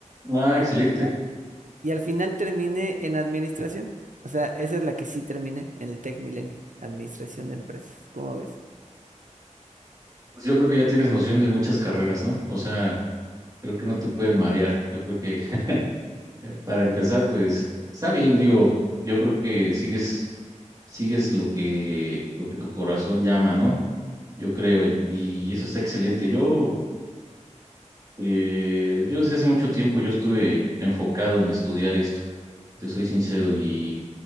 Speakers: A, on the right; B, on the right.
A: Ah, excelente.
B: Y al final, y al final terminé en administración. O sea, esa es la que sí terminé en el Tech Milenio, administración de empresas. ¿Cómo ves?
A: Pues yo creo que ya tienes noción de muchas carreras, ¿no? O sea, creo que no te puedes marear. Yo creo que eh, para empezar, pues está bien, digo, yo creo que sigues, sigues lo que, lo que tu corazón llama, ¿no? yo creo, en- y eso está excelente. Yo, eh, yo desde hace mucho tiempo yo estuve enfocado en estudiar esto, te soy sincero, y